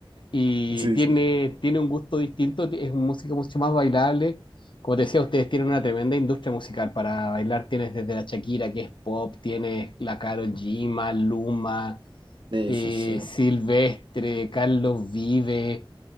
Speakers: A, on the left; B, on the right.
A: y
B: Sí,
A: tiene,
B: sí.
A: tiene un gusto distinto, es una música mucho más bailable. Como te decía, ustedes tienen una tremenda industria musical para bailar. Tienes desde la Shakira, que es pop, tienes la Karol G, Maluma,
B: Sí,
A: eh,
B: sí, sí.
A: Silvestre, Carlos Vive,